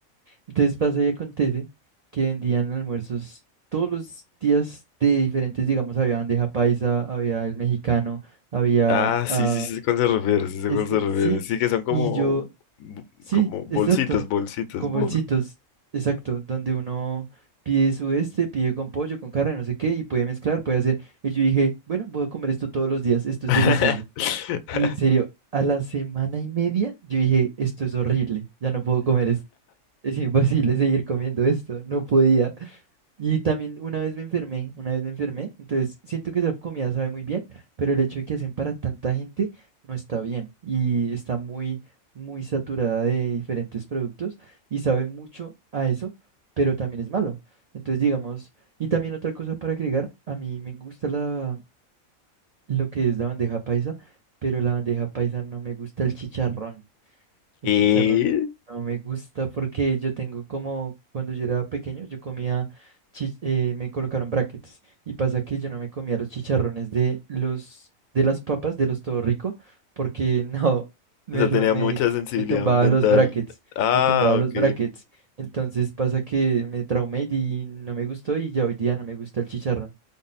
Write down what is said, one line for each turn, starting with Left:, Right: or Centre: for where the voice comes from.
Right: Entonces pasa y acontece que vendían almuerzos todos los días de diferentes, digamos, había bandeja paisa, había el mexicano, había...
Left: Ah, sí,
Right: ah,
Left: sí, sí, sé cuál se refiere, sí, sé
Right: esto,
Left: cuál se refiere.
Right: sí,
Left: Sí, que son como,
Right: y yo...
Left: bo-
Right: Sí,
Left: como bolsitas,
Right: exacto.
Left: bolsitas,
Right: Con
Left: bol.
Right: bolsitos, exacto, donde uno pide su este, pide con pollo, con carne, no sé qué, y puede mezclar, puede hacer. Y yo dije, bueno, voy a comer esto todos los días, esto es
Left: <laughs>
Right: delicioso. Y en serio, a la semana y media, yo dije, esto es horrible, ya no puedo comer esto, es imposible seguir comiendo esto, no podía. Y también una vez me enfermé, una vez me enfermé, entonces siento que esa comida sabe muy bien, pero el hecho de que hacen para tanta gente no está bien y está muy, muy saturada de diferentes productos y sabe mucho a eso, pero también es malo. Entonces, digamos, y también otra cosa para agregar, a mí me gusta la, lo que es la bandeja paisa, pero la bandeja paisa no me gusta el chicharrón. El
Left: ¿Qué?
Right: chicharrón no me gusta porque yo tengo como, cuando yo era pequeño, yo comía, chi- eh, me colocaron brackets y pasa que yo no me comía los chicharrones de los, de las papas, de los Todo Rico, porque <laughs> no, me,
Left: O sea,
Right: ro-
Left: tenía
Right: me,
Left: mucha sensibilidad
Right: me tumbaba
Left: dental.
Right: los brackets,
Left: Ah,
Right: me tumbaba los
Left: ok.
Right: brackets. Entonces pasa que me traumé y no me gustó y ya hoy día no me gusta el chicharrón,